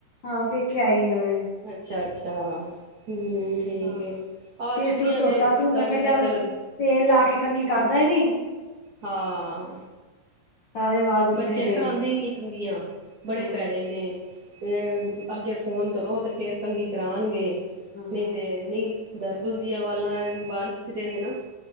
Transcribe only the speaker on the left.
ਹਾਂ ਪੇਕੇ ਆਈ ਆ ਮੈਂ।
ਹਾਂ
ਸਿਰ
ਸੁਰ ਧੋਤਾ
ਸੀ ਮੈਂ ਕਿਹਾ
ਤੇਲ ਲਾ ਕੇ ਕੰਘੀ ਕਰਦਾ ਇਹਦੀ।
ਸਾਰੇ ਵਾਲ ਬਿਖਰੇ
ਪਏ
ਨੇ
ਹਾਂ
ਹਾਂ